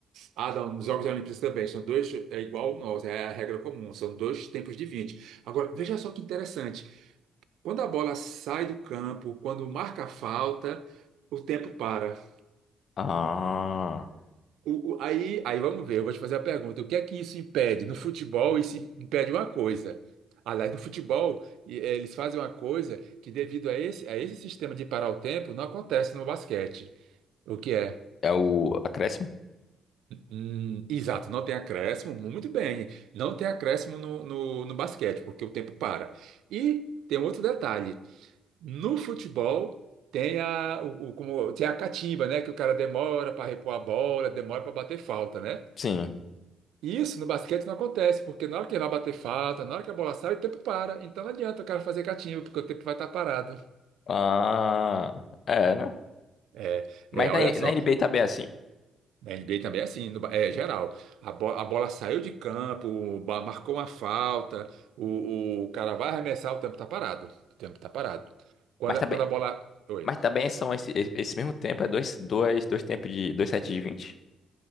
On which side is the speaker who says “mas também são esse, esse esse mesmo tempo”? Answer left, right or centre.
Left